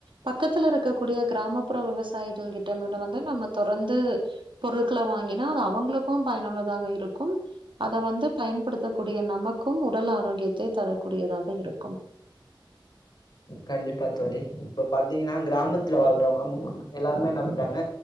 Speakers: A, on the right; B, on the left.
A: பக்கத்துல இருக்கக்க கூடிய கிராமப்புற விவசாயிகள் கிட்டமல வந்து நம்ம தொடர்ந்து பொருட்கள வாங்கினா அது அவுங்களுக்கு பயனுள்ளதாக இருக்கும் அத வந்து பயன்படுத்தக்கூடிய நமக்கும் உடல் ஆரோக்கியத்தை தரக்கூடியதாக இருக்கும்
B: கண்டிப்பா தோழி இப்ப பாத்தீங்னா கிராமத்துல வாழ்றவங்க மு எல்லாருமே என்ன பண்றாங்க